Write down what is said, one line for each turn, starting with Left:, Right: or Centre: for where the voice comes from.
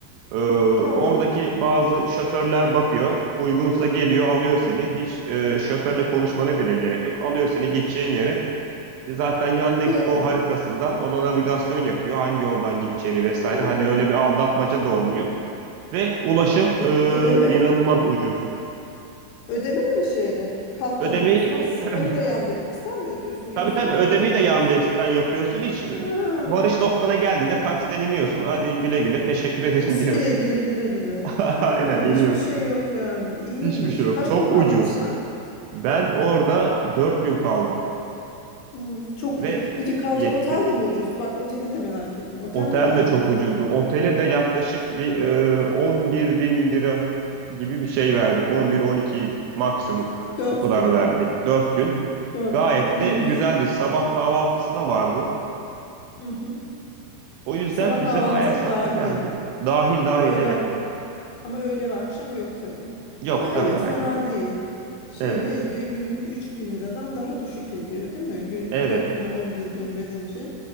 Right: Ee, oradaki
Left: Tamam.
Right: bazı şoförler bakıyor. Uygunsa geliyor, alıyor seni. Hiç e, şoförle konuşmana bile gerek yok. Alıyor seni gideceğin yere. E, Zaten Yandex.Go
Left: Bırakıyor.
Right: haritasından ona navigasyon yapıyor. Hangi yoldan gideceğini vesaire.
Left: Hı.
Right: Hani öyle bir aldatmaca da olmuyor. Ve ulaşım
Left: E,
Right: e,
Left: ödeme?
Right: inanılmaz ucuz.
Left: Ödeme de mi şeyle? Karttan
Right: Ödemeyi
Left: ödüyor. O zaman si-
Right: <clears throat>
Left: onu da Yandex'ten mi ödüyorsun? Yoksa
Right: Tabii tabii
Left: şoföre
Right: ödemeyi
Left: mi
Right: de
Left: ödüyorsun?
Right: Yandex'ten yapıyorsun. Hiç e,
Left: Ha.
Right: varış noktana geldiğinde taksiden iniyorsun. Hadi güle güle teşekkür ederim
Left: Biz
Right: diyorsun.
Left: Güle güle güle güle.
Right: <laughs>
Left: Ha.
Right: Aynen iniyorsun.
Left: Hiçbir şey yok yani. İyiymiş.
Right: Hiçbir şey yok.
Left: Kaç
Right: Çok
Left: gün kaldın
Right: ucuz.
Left: sen?
Right: Ben orada 4 gün kaldım
Left: Hmm, çok
Right: ve
Left: ucuz. Peki kalacak
Right: yetti.
Left: otel de mi ucuzdu? Bak oteli de merak ettim. Otel
Right: Otel
Left: ne kadardı?
Right: de çok ucuzdu. Otele de yaklaşık bir e, 11 bin lira gibi bir şey verdik. 11-12 maksimum
Left: Dört
Right: o kadar
Left: gün.
Right: verdik. 4 gün.
Left: Dört
Right: Gayet
Left: gün. Günlüğü.
Right: de güzeldi.
Left: i-
Right: Sabah kahvaltısı da vardı.
Left: Hı hı.
Right: O yüzden
Left: Sabah
Right: bize
Left: kahvaltı
Right: bayağı hesaplı
Left: dahil.
Right: geldi. Dahil dahil
Left: Öğle
Right: evet.
Left: ama Ama öğle ve akşam yok tabii.
Right: Yok
Left: Ya evet
Right: tabii aynen.
Left: fena değil. Şey
Right: Evet.
Left: ne ediyor? Günlük 3000 liradan daha düşük ediyor değil mi? Gün,
Right: Evet.
Left: 4 güne 11 bin verince.